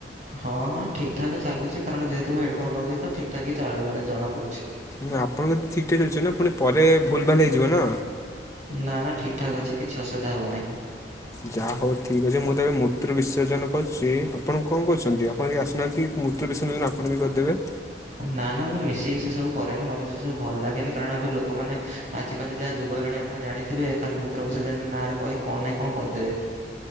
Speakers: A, on the right (about 40°); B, on the left (about 20°).
A: ହଁ ହଁ ଠିକ୍ ଠାକ୍ ଚାଲୁଚି କାରଣ ଯେହେତୁ ମୁଁ ହେଡ଼ଫୋନ ଲଗେଇଚି ତ ଠିକ୍ ଠାକ୍ ହି ଚାଉଳିବାର ଜଣାପଡ଼ୁଚି।
B: ନା ଆପଣଙ୍କ ତ ଠିକ୍ ଠାକ୍ ଚାଲିଚି ନା ପୁଣି ପରେ ଭୁଲ ଭାଲ ହେଇଯିବ ନା।
A: ନା ନା ଠିକ୍ ଠାକ୍ ଅଛି କିଛି ଅସୁବିଧା ହବ ନାହିଁ।
B: ଯାହା ହଉ ଠିକ୍ ଅଛି ମୁଁ ତ ଏବେ ମୂତ୍ର ବିସର୍ଜନ କରୁଚି ଆପଣ କଣ କରୁଚନ୍ତି ଆପଣ ଆଜି ଆସ ନାହାନ୍ତି ମୂତ୍ର ବିସର୍ଜନଆପଣ ବି କରିଦେବେ।
A: ନା ନା ମୁଁ ମିଶିକି ସେ ସବୁ କରେନି ମତେ ସେ ସବୁ ଭଲ ଲାଗେନି କାରଣ ଏବେ ଲୋକମାନେ ଆଜିକାଲି ଯାହା ଯୁଗ ହେଲାନି ଆପଣ ଜାଣିଥିବେ ଖାଲି ମୂତ୍ର ବିସର୍ଜନ ନାଁରେ କହି କଣ ନାଇଁ କଣ କରିଦେବେ